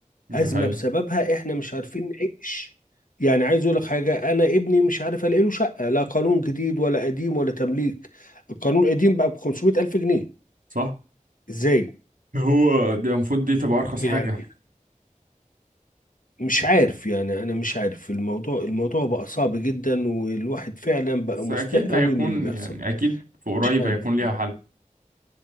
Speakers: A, on the right (about 85°); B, on the left (about 75°).
A: ده
B: ازمه
A: حقيقي
B: بسببها احنا مش عارفين نعيش يعني عايز اقول لك حاجه انا ابني مش عارف الاقي له شقه لا قانون جديد ولا قديم ولا تمليك القانون القديم بقى ب 500 الف جنيه
A: صح
B: ازاي
A: هو دي المفروض دي تبقى أرخص
B: يعني
A: حاجة
B: مش عارف يعني انا مش عارف الموضوع الموضوع بقى صعب جدا والواحد فعلا بقى
A: بس
B: مستاء
A: أكيد
B: قوي
A: هيكون
B: من اللي بيحصل
A: يعني أكيد في قريب
B: مش عارف
A: هيكون ليها
B: يعني
A: حل إن